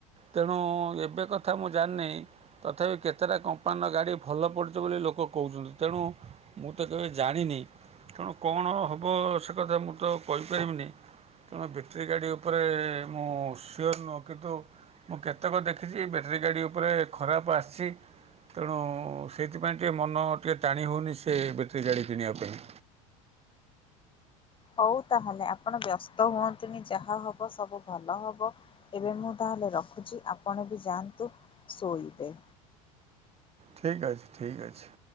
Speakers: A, on the right; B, on the left.
A: ତେଣୁ ଏବେ କଥା ମୁଁ ଜାଣିନି ତଥାପି କେତେଟା କମ୍ କମ୍ପାନୀ ଗାଡ଼ି ଭଲ ପଡୁଛି ବୋଲି ଲୋକ କହୁଛନ୍ତି ତେଣୁ ମୁଁ ତ କେବେ ଜାଣିନି। ତେଣୁ କଣ ହେବ ସେ କଥା ମୁଁ ତ କହିପାରିବିନି। ତେଣୁ ବ୍ୟାଟେରୀ ଗାଡ଼ି ଉପରେ ମୁଁ ସିଓର ନୁହ କିନ୍ତୁ ମୁଁ କେତେକ ଦେଖିଛି ବ୍ୟାଟେରୀ ଗାଡ଼ି ଉପରେ ଖରାପ ଆସିଛି। ତେଣୁ ସେଇଥିପାଇଁ ଟିକେ ମନ ଟିକିଏ ଟାଣି ହେଉନି ସେ ବ୍ୟାଟେରୀ ଗାଡ଼ି କିଣିବା ପାଇଁ।
B: ହଉ ତାହେଲେ ଆପଣ ବ୍ୟସ୍ତ ହୁଅନ୍ତୁନି ଯାହା ହବ ସବୁ ଭଲ ହବ। ଏବେ ମୁଁ ତା ହେଲେ ରଖୁଛି ଆପଣ ବି ଯାଆନ୍ତୁ ଶୋଇବେ।
A: ଠିକ ଅଛି ଠିକ୍ ଅଛି।